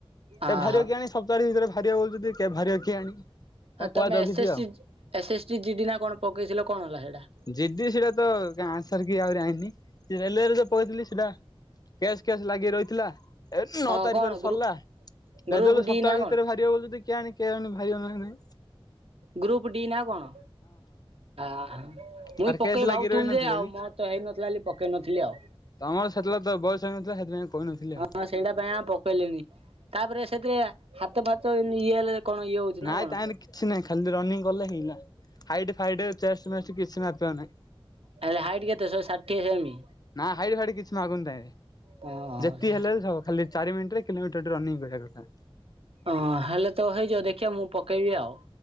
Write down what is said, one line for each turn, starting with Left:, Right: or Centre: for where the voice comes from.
Right: ଅହ।
Left: ଏ ଭାରିବ କି ଆଣି ସପ୍ତାହଟି ଭିତରେ ଭାରିବ ବୋଲିତି କେବେ ଭାରିବ କିଆଣି। ତାକୁ
Right: ଆ
Left: କୁହା
Right: ତମେ
Left: ଜଗିଛି
Right: ଏସ୍ ଏସ୍
Left: ଆଉ।
Right: T S S T GD ନା କଣ ପକେଇଥିଲ କଣ ହେଲା ହେଇଟା।
Left: ଜି ଡି ସି ଟା ତ ଗାଁ ସାରିକି ଆହୁରି ଆଇନି। ରେଲୱେ ରେ ଯୋଉ ପକେଇଥିଲି ସିଟା କେସ୍ କେସ୍ ଲାଗି ରହିଥିଲା। ଏ ନଅ
Right: ହଁ
Left: ତାରିଖରେ
Right: କଣ
Left: ସରଲା।
Right: ଗ୍ରୁ
Left: ରେଜଲ୍ଟ
Right: ଗ୍ରୁପ ଡି
Left: ସପ୍ତାଅ
Right: ନା
Left: ଭିତରେ
Right: କଣ
Left: ବାହାରିବ ବୋଲି ତି କି ଆଣି କେ ଆଣି ବାହାରିବ ନା ନାଇଁ।
Right: ଗ୍ରୁପ ଡି ନା କଣ? ଆ ମୁଇଁ
Left: ଆରେ
Right: ପକେଇ
Left: କ୍ୟାସ୍ ଲାଗି
Right: ଭାବୁଥିଲି
Left: ରହିନଥିଲା
Right: ଯେ ଆଉ
Left: କି
Right: ମୋର ତ ହେଇନଥିଲା ବୋଲି ପକେଇ ନଥିଲି ଆଉ।
Left: ତମର ସେତେବେଳେ ତ ବୟସ ହେଇନଥିଲା ସେଥିପାଇଁ କହିନଥିଲି
Right: ହଁ
Left: ଆଉ
Right: ହଁ ସେଇଟା ପାଇଁ ଆଉ ପକେଇଲିନି। ତାପରେ ସେଥିରେ ହାତ ଫା ତ ନିଏ ହେଲେ। କଣ ଇଏ ହଉଛି
Left: ନାଇଁ
Right: ନା କଣ
Left: ତା ନି କିଛି ନାହିଁ। ଖାଲି ରନିଂ କଲେ ହେଇକିନା। ହାଇଟି ଫାଇଟି ଚେଷ୍ଟ ମେଷ୍ଟ କିଛି ମାପିବା ନାଇଁ।
Right: ହେଲେ ହାଇଟ୍ କେତେ ଶହେ ଷାଠିଏ ସେମି?
Left: ନାଁ। ହାଇଡି ଫାଇଟ କିଛି ମାଗୁଣି ନାଇଁ ରେ।
Right: ଅ
Left: ଯେତି ହେଲେବି ସବୁ ଖାଲି ଚାରି ମିନିଟରେ ତିନି ମିଟର ରନିଂ କରିବା କଥା।
Right: ହଁ ହେଲେ ତ ହେଇ ଜିଅ। ଦେଖିଆ ମୁଁ ପକେଇବି ଆଉ।